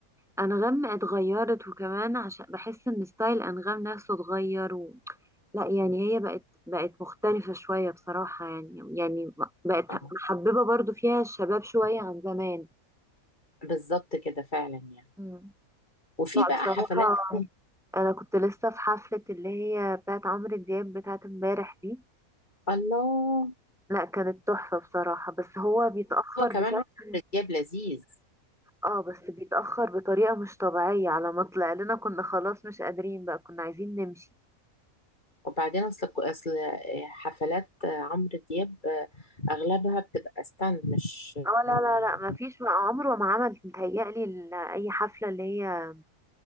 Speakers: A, in the centre; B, on the left (about 30°).
A: أنغام اتغيرت وكمان عشان بحس إن ستايل أنغام نفسه اتغير و... لا يعني هي بقت بقت مختلفة شوية بصراحة يعني يعني بقت
B: اه
A: محببة برضو فيها الشباب شوية عن زمان
B: بالظبط كده فعلا يعني
A: مم.
B: وفي
A: لا
B: بقى
A: بصراحة
B: حفلات تانية.
A: انا كنت لسه في حفلة اللي هي بتاعت عمرو دياب بتاعت امبارح دي
B: الله
A: لا كانت تحفة بصراحة بس هو بيتأخر
B: هو كمان
A: بشكل
B: عمرو دياب لذيذ
A: اه بس بيتأخر بطريقة مش طبيعية على ما طلع لنا كنا خلاص مش قادرين بقى كنا عايزين نمشي
B: وبعدين أصل أصل آه، حفلات آه، عمرو دياب آه، أغلبها بتبقى ستاند مش
A: اه لا
B: آه،
A: لا لا ما فيش عمره ما عمل متهيألي ال- اي حفلة اللي هي